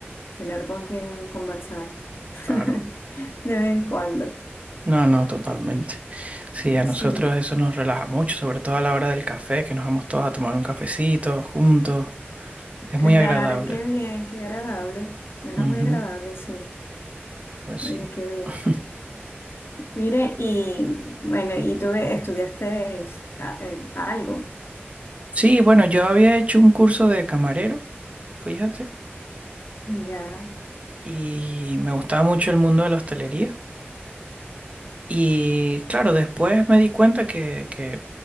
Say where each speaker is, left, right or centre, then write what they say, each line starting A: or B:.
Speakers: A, on the left; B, on the right.
A: tener con quien conversar <laughs>
B: claro.
A: de vez en cuando.
B: No, no, totalmente. Sí, a nosotros
A: Sí,
B: eso nos relaja mucho, sobre todo a la hora del café, que nos vamos todos a tomar un cafecito juntos, es
A: claro,
B: muy agradable.
A: qué bien, qué agradable. Suena
B: Ujú,
A: muy agradable, sí.
B: Pues
A: Oye,
B: sí.
A: qué bien.
B: <laughs>
A: Mire, y bueno, y tú estudiaste ah, eh, algo.
B: Sí, bueno, yo había hecho un curso de camarero, fíjate,
A: Ya.
B: y me gustaba mucho el mundo de la hostelería. Y claro, después me di cuenta que, que